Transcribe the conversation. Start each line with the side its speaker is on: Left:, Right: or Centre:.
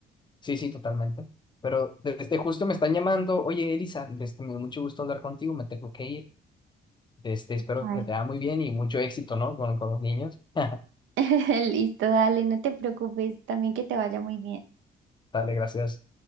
Left: Sí, sí, totalmente. Pero desde justo me están llamando, oye Elisa, desde, me dio mucho gusto hablar contigo, me tengo que ir. Este, espero
Right: Ay,
Left: que te vaya muy bien y mucho éxito, ¿no? Con, con los niños. <laughs>
Right: <laughs> Listo, dale, no te preocupes, también que te vaya muy bien.
Left: Dale, gracias.